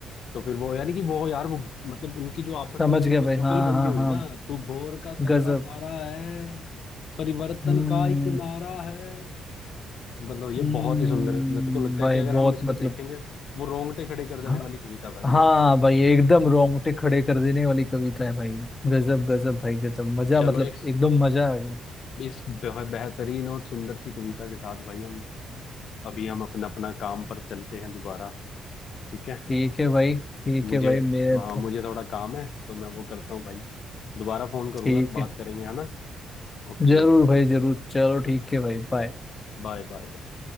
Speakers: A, on the left; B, on the left.
A: तो फिर वो यानी कि वो यार वो मतलब उनकी जो आपस
B: समझ
A: में जो
B: गया
A: वो
B: भाई
A: जुगलबंदी
B: हाँ हाँ
A: हुई
B: हाँ
A: ना तू भोर का पहला
B: गजब
A: तारा है परिवर्तन
B: हम्म
A: का एक नारा है मतलब ये
B: हम्म
A: बहुत ही सुंदर मेरे को लगता
B: भाई
A: है कि अगर हम
B: बहुत
A: इसको
B: मतलब
A: देखेंगे वो रोंगटे खड़े कर देने
B: हाँ।
A: वाली कविता भाई
B: हाँ
A: वो
B: भाई एकदम रोंगटे खड़े कर देने वाली कविता है भाई गजब गजब भाई गजब मजा
A: चलो
B: मतलब
A: एक
B: एकदम मजा आ गया
A: इस बेह- बेहतरीन और सुंदर सी कविता के साथ भाई हम अभी हम अपना अपना काम पर चलते हैं दोबारा ठीक है
B: ठीक है भाई ठीक
A: मुझे
B: है भाई मैं
A: हाँ
B: तो-
A: मुझे थोड़ा काम है तो मैं वो करता हूँ भाई दोबारा फोन करूंगा
B: ठीक है
A: बात करेंगे है ना ओके
B: जरूर भाई जरूर चलो ठीक है भाई बाय
A: Bye bye bye